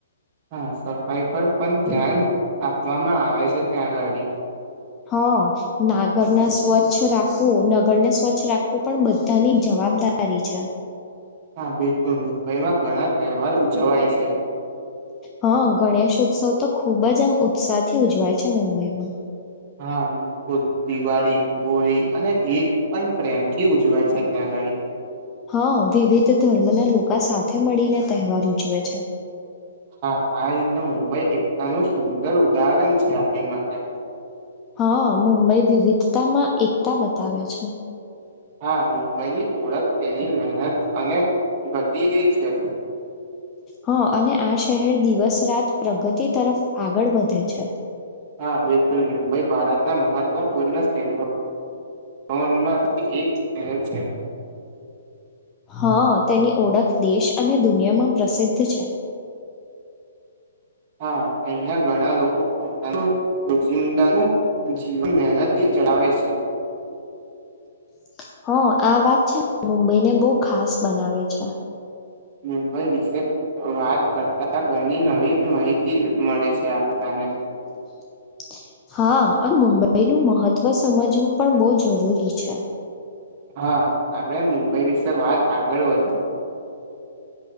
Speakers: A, on the right; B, on the left.
A: હા સફાઈ પર પણ ધ્યાન આપવામાં આવે છે ત્યાંગાડી.
B: હ નાગર ના સ્વચ્છ રાખવું નગરને સ્વચ્છ રાખવું પણ બધાની જવાબ દારી છે.
A: હા બિલકુલ મુંબઈમાં ઘણા તેવાર ઉજવાય છે.
B: હ ગણેશ ઉત્સવ તો ખુબ જ આમ ઉત્સાહ થી ઉજવાય છે મુંબઈમાં.
A: હા બિલકુલ દિવાળી હોળી અને એ પન પ્રેમથી ઉજવાય છે ત્યાંગાડી.
B: હા વિવિધ ધર્મના લોકો સાથે મળીને તહેવાર ઉજવે છે.
A: હા આ રીતે મુંબઈ એકતાનું સુંદર ઉદાહરણ છે આપણી માટે.
B: હા મુંબઈ વિવિધતામાં એકતા બતાવે છે.
A: હા મુંબઈની ઓળખ તેની મહેનત અને ગતિ છે.
B: હા અને આ શહેર દિવસ રાત પ્રગતિ તરફ આગળ વધે છે.
A: હા બિલકુલ મુંબઈ ભારતના મહત્વપૂર્ણ શહેરો માંથી એક શહેર છે.
B: હા તેની ઓળખ દેશ અને દુનિયામાં પ્રસિદ્ધ છે.
A: હા અહં ઘણા લોકો પોતાનું રોિંદા ન જીવન મનત <unintelligible> ચડાવવા છે.
B: <inaudible> હ આ વાત છે ને મુંબઈને બહુ ખાસ બનાવે છે.
A: મુંબઈ વિશે વાત કરતા ઘણી નવી માહિતી મળે છે આપણાને.
B: <inaudible> હા અને મુંબઈનું મહત્વ સમજવું પણ બહુ જરૂરી છે.
A: હા આપણે મુંબઈ વિશે વાત આગળ વધી